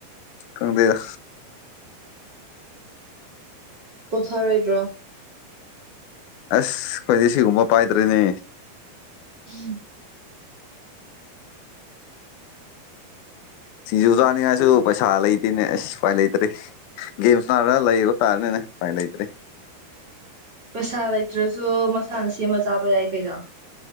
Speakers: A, on the left (about 85°); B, on the right (about 35°).
A: ꯈꯪꯗꯦꯗ
B: ꯄꯣꯊꯥꯔꯣꯏꯗ꯭ꯔꯣ
A: ꯑꯁ ꯑꯩꯈꯣꯏꯗꯤ ꯁꯤꯒꯨꯝꯕ ꯄꯥꯏꯗ꯭ꯔꯤꯅꯦ
B: ꯍꯝ
A: ꯁꯤꯡꯖꯨ ꯆꯥꯅꯤꯉꯥꯏꯁꯨ ꯄꯩꯁꯥ ꯂꯩꯇꯅꯦ ꯑꯁ ꯎꯄꯥꯏ ꯂꯩꯇ꯭ꯔꯔꯤ ꯒꯦꯝꯁ ꯅꯥꯔꯒ ꯂꯩꯕ ꯇꯥꯔꯅꯤꯅꯦ ꯎꯄꯥꯏ ꯂꯩꯇ꯭ꯔꯤ
B: ꯄꯩꯁꯥ ꯂꯩꯇ꯭ꯔꯁꯨ ꯃꯁꯥꯅ ꯁꯦꯝꯃ ꯆꯥꯕ ꯌꯥꯏ ꯀꯩꯅꯣ